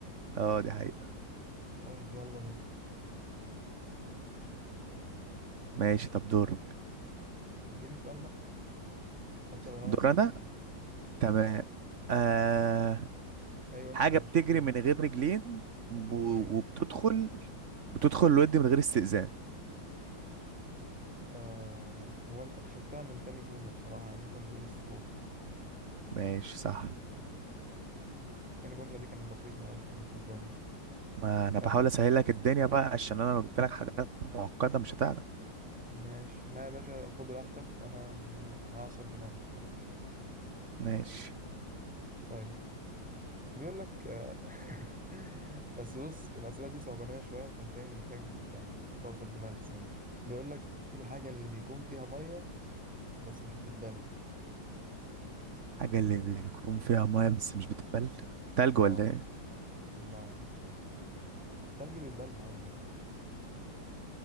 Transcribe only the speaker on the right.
اه دي حقيقة
ماشي طب دورك
دور
انا
تمام آه
حاجة
بتجري
من غير رجلين ب-
وبتدخل بتدخل الود من غير استئذان
ماشي صح
ما انا
بحاول
اسهل
لك الدنيا بقى عشان انا لو جبت لك حاجات معقدة مش هتعرف
ماشي
حاجة اللي بيكون فيها مية بس مش بتتبل تلج
ولا ايه